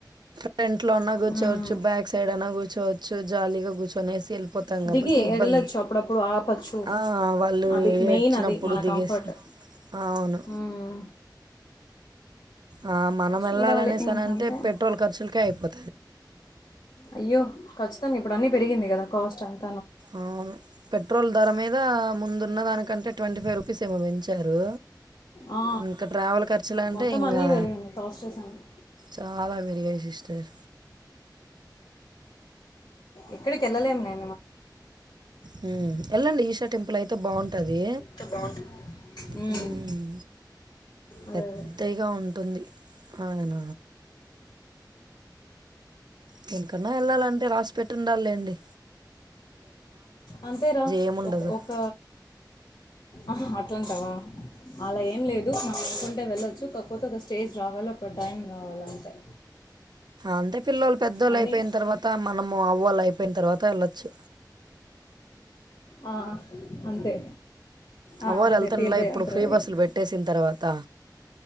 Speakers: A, on the right; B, on the left.
A: ఫ్రంట్ లో అన్నా కూర్చోవచ్చు
B: ఉమ్.
A: బ్యాక్ సైడ్ అనా కూర్ కూచోవచ్చు జాలీగా కూర్చొని ఏసిల్ పోతాం కాబట్టి
B: దిగి
A: ఇబ్బంది
B: వెళ్ళొచ్చు అప్పుడప్పుడు ఆపచ్చు
A: ఆ వాళ్ళు
B: అది మెయిన్
A: ఏడ్చినప్పుడు
B: అది మన
A: దిగేసి
B: కంఫర్ట్
A: అవును
B: మ్మ్.
A: ఆ మనం
B: చూడాలి
A: వెళ్ళాలనేసన
B: ఇంకంతే
A: అంటే పెట్రోల్ ఖర్చులకే అయిపోతది.
B: అయ్యో ఖచ్చితంగా ఇప్పుడు అన్నీ పెరిగింది కదా కాస్ట్ అంత
A: అవును పెట్రోల్ ధర మీద ముందున్న దానికంటే ట్వంటీ ఫైవ్ రు ట్రీస్ ఏమో పెంచారు.
B: ఆ,
A: ఇంక ట్రావెల్ ఖర్చులంటే
B: మొత్తం
A: ఇంగా
B: అన్నీ పెరిగింది కాస్ట్ అన్ని
A: చాలా పెరిగాయి సిస్టర్
B: ఎక్కడికెళ్ళలేమ్ మేమ్
A: హ్మ్ ఏళ్ళండి ఈషా టెంపులయితే బావుంటది.
B: అంత బాగుంటుంది ఉమ్,
A: హ్మ్
B: అదే
A: హు
B: అదే
A: పెదైగ ఉంటుంది ఆయన దెనికన్నా ఎళ్ళాలంటే రాసిపెట్టి ఉండాలెండి
B: అంతేరా
A: ఏముండదు
B: ఒ ఒక ఆహా తింటవా అలా ఏం లేదు మనం అనుకుంటే వెళ్ళొచ్చు కాక్పోతే ఒక స్టేజ్ రావాలి ఒక టైం కావాలి అంతే
A: అంతే పిల్లోల్ పెద్దోళ్
B: అన్నీ
A: అయిపోయిన్ తర్వాత మనము అవ్వల్ అయిపోయిన్ తర్వాత ఎళ్ళొచ్చు.
B: ఆ అంతే ఆ,
A: అమ్మవాల్
B: అంతే
A: ఎళ్తుండ్లే
B: తీర్థయాత్ర
A: ఇప్పుడు ఫ్రీ బస్సులు పెట్టేసిన తర్వాత